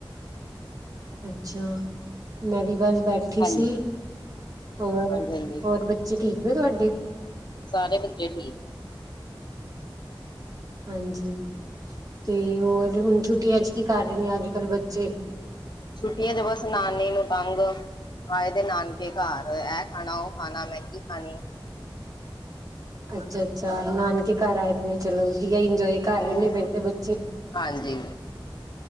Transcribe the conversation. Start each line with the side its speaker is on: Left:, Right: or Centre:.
Right: ਅੱਛਾ, ਮੈਂ ਵੀ ਬਸ ਬੈਠੀ
Left: ਹਾਂਜੀ
Right: ਸੀ ਹੋਰ,
Left: ਹਾਂਜੀ ਹਾਂਜੀ
Right: ਹੋਰ ਬਚ ਚੇ ਠੀਕ ਨੇ ਤੁਹਾਡੇ?
Left: ਸਾਰੇ ਬੱਚੇ ਠੀਕ ਨੇ।
Right: ਹਾਂਜੀ, ਤੇ ਹੋਰ ਹੁਣ ਛੁੱਟੀਆਂ ਚ ਕੀ ਕਰ ਰਹੇ ਨੇ, ਅੱਜ ਕੱਲ੍ਹ ਬੱਚੇ?
Left: ਛੁੱਟੀਆਂ ਚ ਬਸ ਨਾਨੀ ਨੂੰ ਤੰਗ। ਆਏ ਦੇ ਨਾਨਕੇ ਘਰ ਐ ਖਾਣਾ, ਔ ਖਾਨਾ ਮੈਗੀ ਖਾਨੀ।
Right: ਅੱਛਾ ਅੱਛਾ। ਨਾਨਕੇ ਘਰ ਆਏ ਨੇ, ਚਲੋ ਵਧੀਆ ਇੰਜੋਏ ਕਰ
Left: ਹਾਂ
Right: ਰੇ ਨੇ ਫੇਰ ਤੇ ਬੱਚੇ।
Left: ਹਾਂਜੀ।